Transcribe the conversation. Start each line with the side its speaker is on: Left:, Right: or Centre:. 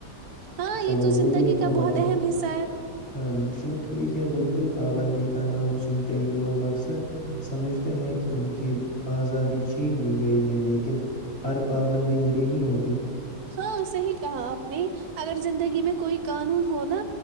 Right: ہاں
Left: چلو
Right: تو
Left: یہ
Right: زندگی
Left: بھی اچھا
Right: کا
Left: ٹاپک
Right: بہت اہم
Left: ہے
Right: حصہ
Left: ہاں جی چلو ٹھیک ہے بالکل پابندی کا نام سنتے ہی لوگ اکثر سمجھتے ہیں کہ ان کی آزادی چھین لی گئی ہے لیکن ہر پابندی بری نہیں ہوتی
Right: ہاں صحیح کہا آپ نے اگر زندگی میں کوئی قانون ہوناا